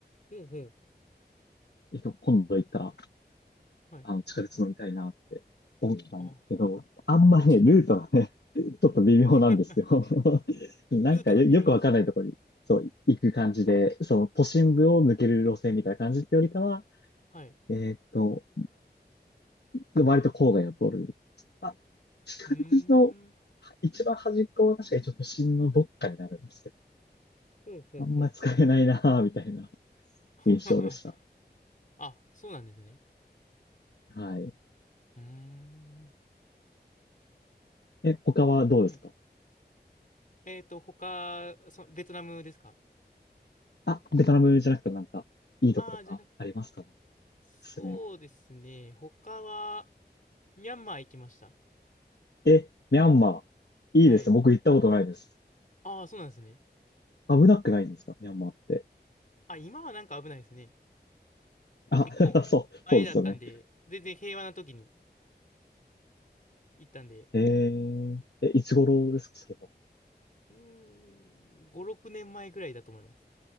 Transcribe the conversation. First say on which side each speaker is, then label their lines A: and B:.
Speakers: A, on the left; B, on the left.
A: ほうほう。
B: 結構今度行ったら、
A: はい。
B: あの、地下鉄乗りたいなって思ったんですけど、
A: あ、
B: あんまりね、
A: 確かに。
B: ルートがね、<laughs> ちょっと微妙なんですよ。
A: <laughs>
B: <laughs> なんかよ、
A: ルートが微妙なんですか。
B: よくわかんないところに、そう、行く感じで、その都心部を抜ける路線みたいな感じってよりかは、
A: はい。
B: えーっと、割と郊外を通る。あ、近くの
A: うーん。
B: 一番端っこは確かにちょっと新のどっかになるんですけど、
A: ほうほうほう。
B: あんま使えないなぁ、みたいな
A: <laughs>
B: 印象でした。
A: あ、そうなんですね。
B: はい。
A: うーん。
B: え、他はどうですか
A: お、はい。えっと、他、その、ベトナムですか
B: あ、ベトナムじゃなくてなんか、いいとことかありますかね
A: ああー、じゃなく、そうですね。
B: おすすめ。
A: 他は、ミャンマー行きました。
B: え、ミャンマー。いいですね。
A: はい。
B: 僕行ったことないです。
A: ああ、そうなんですね。
B: 危なくないんですかミャンマーって。
A: あ、今はなんか危ないですね。
B: あ、
A: 結構前だったんで、
B: <laughs> そう、そうですよね。
A: 全然平和な時に行ったんで、
B: えー、え、いつ頃ですかそれは。
A: うーん、5、6年前ぐらいだと思います。